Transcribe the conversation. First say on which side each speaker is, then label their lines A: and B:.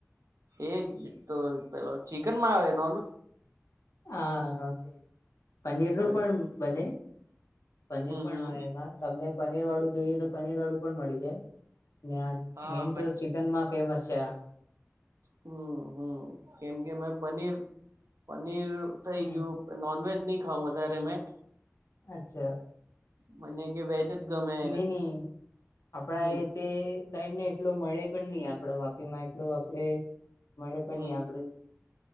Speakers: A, on the right (about 80°); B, on the left (about 80°).
A: એજ તો પેલો ચિકનમાં આવે ન
B: હા, પનીરનું
A: હમ
B: પણ બને. પનીર પણ
A: હમ
B: હોય એમાં. તમને પનીર વાળું જોઈએ તો પનીર વાળું પણ મળી જાય ને આ
A: હા
B: મેન તો ચિકનમાં ફેમસ છે આ.
A: હમ્મ હમ્મ કેમ કે મેં પનીર પનીર થઇ
B: હમ
A: ગયું. નોનવેજ નહી ખાઉં વધારે મેં.
B: અચ્છા.
A: મને કે વેજ જ ગમે
B: નઈ નહી આપડા
A: હમ
B: એ તે સાઈડને એટલો મળે પણ નહી આપડો વાપીમાં એટલો આપડે મળે પણ
A: હમ
B: નહી આપડે.